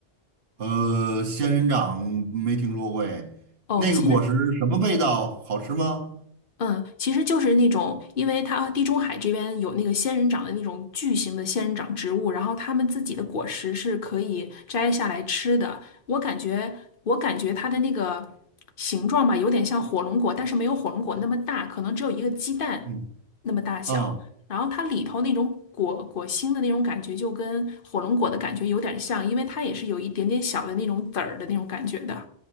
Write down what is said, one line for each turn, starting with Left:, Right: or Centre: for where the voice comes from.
Right: 呃，仙人掌没听说过哎，
Left: 哦，
Right: 那个果实什么味道？
Left: 其实
Right: 好吃吗？
Left: 嗯，其实就是那种，因为它地中海这边有那个仙人掌的那种巨型的仙人掌植物，然后它们自己的果实是可以摘下来吃的。我感觉，我感觉它的那个形状吧，有点像火龙果，但是没有火龙果那么大，可能只有一个鸡蛋那么大小。
Right: 嗯啊
Left: 然后它里头那种果果心的那种感觉，就跟火龙果的感觉有点像，因为它也是有一点点小的那种籽儿的那种感觉的。